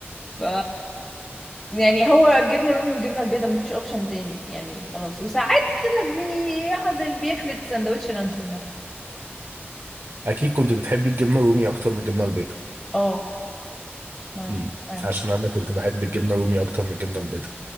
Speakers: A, on the left (about 15°); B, on the right (about 70°).
A: ف يعني هو الجبنة الرومي والجبنة البيضاء مفيش اوبشن تاني يعني خلاص وساعات كده بيعضل بيفلت سندوتش لانشون مثلا
B: اكيد كنت بتحبي الجبنه الرومي اكتر من الجبنه البيضاء
A: اه ما
B: امم
A: فعلا
B: عشان انا كنت بحب الجبنه الرومي اكتر من الجبنه البيضاء